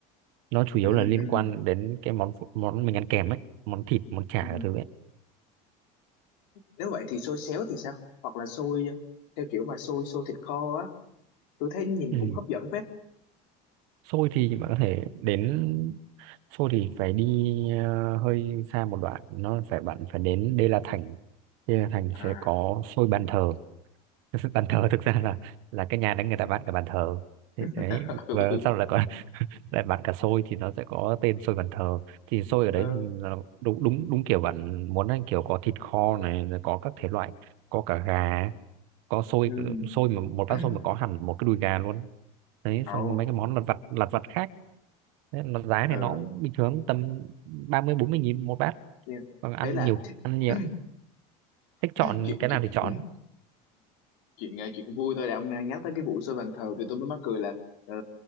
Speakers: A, on the right; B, on the left.
A: nó chủ
B: ừ
A: yếu là liên
B: ừ.
A: quan đến cái món phụ- món mình ăn kèm ấy món thịt món chả
B: ừ.
A: các thứ ấy
B: Nếu vậy thì xôi xéo thì sao? Hoặc là xôi theo kiểu mà xôi xôi thịt kho á, tôi thấy nhìn
A: ừ.
B: cũng hấp dẫn phết.
A: xôi thì bạn có thể đến xôi thì phải đi ờ, hơi xa một đoạn nó phải bạn phải đến Đê La Thành Đê La Thành
B: À.
A: sẽ có xôi bàn thờ <laughs> bàn thờ thực ra là là cái nhà đấy người ta bán cả bàn thờ thế
B: <laughs>
A: đấy và sau lại còn <laughs> lại bán cả xôi thì nó sẽ có tên xôi bàn thờ thì xôi ở đấy
B: ừ
A: thì là đúng đúng đúng kiểu bạn muốn ấy, kiểu có thịt kho này rồi có các thể loại có cả gà có xôi
B: ừ.
A: xôi mà một
B: <clears throat>
A: bát xôi mà có hẳn một cái đùi gà luôn đấy
B: Ồ,
A: xong có mấy cái món lặt vặt lặt vặt khác Thế nó giá này
B: ừ.
A: nó cũng bình thường tầm ba mươi bốn mươi nghìn một bát
B: nhưng
A: còn ăn
B: ấy là
A: nhiều
B: <clears throat>
A: ăn nhiều thích chọn
B: chuyện
A: cái
B: chuyện
A: nào thì chọn
B: <clears throat> chuyện ờ, chuyện vui thôi đã ông đang nhắc tới cái vụ xây bàn thờ thì tôi mới mắc cười là ờ,